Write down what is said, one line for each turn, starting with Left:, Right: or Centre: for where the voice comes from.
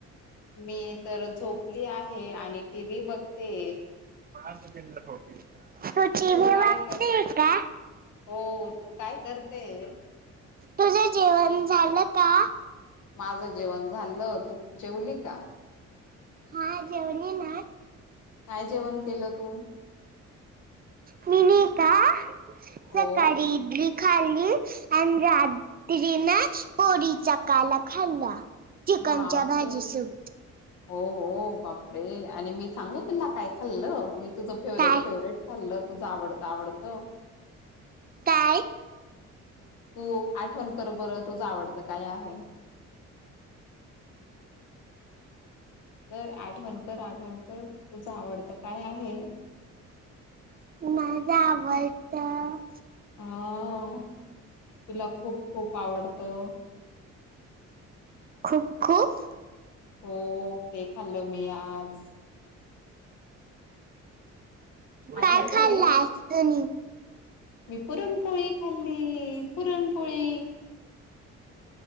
Left: मी तर झोपली आहे, आणि टी व्ही बघते.
Right: <unintelligible>
Left: तू काय
Right: बघतीय
Left: करतेस,
Right: का?
Left: हो तू काय करतेस.
Right: तुझं जेवण झालं का.
Left: माझं जेवण झालं, तू जेवली का.
Right: हा जेवली ना.
Left: काय जेवण केलं तू.
Right: मिनी का
Left: हो
Right: सकाळी इडली. खाल्ली आणि रात्रीना, पोळीचाकाला खाल्ला. चिकनच्या
Left: बापरे.
Right: भाजी सोबत
Left: हो हो बापरे, आणि मी सांगू तुला काय खाल्लं मी. तुझं फेवरेट
Right: काय
Left: फेवरेट खाल्लं, तुझं आवडत आवडत.
Right: काय,
Left: तू आठवण कर बर, तुझं आवडतं काय आहे. तर आठवणकर आठवणकर, तुझ आवडतं काय आहे.
Right: माझं आवडतं.
Left: हं.. तुला खूप खूप आवडतं.
Right: खूप खूप.
Left: हो ते खाल्लं मी आज. आठवतय
Right: काय खाल्लास तुनी.
Left: मी पुरणपोळी खाल्ली पुरणपोळी.